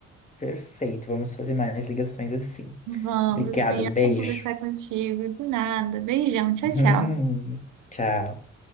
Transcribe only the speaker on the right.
Vamos,
eu também
amo conversar contigo. De nada. Beijão, tchau,
tchau.